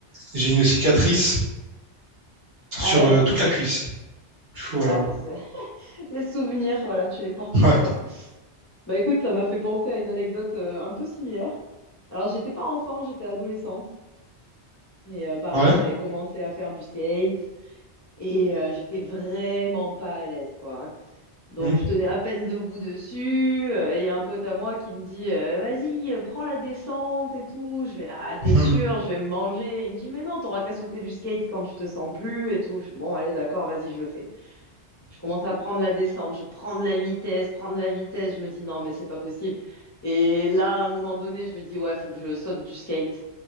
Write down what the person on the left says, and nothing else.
Ah
ouais.
Ah bah c'est <laughs> les souvenirs, voilà, tu les portes
sur toi. Bah écoute, ça m'a fait penser à une anecdote euh, un peu similaire. Alors j'étais pas enfant, j'étais adolescente, mais euh, pareil,
j'avais commencé à faire du skate. Et euh, j'étais vraiment pas à l'aise, quoi. hein. Donc
je tenais à peine debout dessus. euh, et il y a un pote à moi qui me dit, euh, vas-y, euh, prends la descente et tout. Je vais, ah, t'es
sûr, je vais me manger. Il me dit, mais non, t'auras qu'à sauter du skate quand tu te sens plus et tout. Je, bon, allez, d'accord, vas-y, je le fais. Je commence à prendre la descente, je prends de la vitesse, prends de la vitesse. Je me dis non, mais c'est pas possible. Et là, à un moment donné, je me dis ouais, faut que je saute du skate.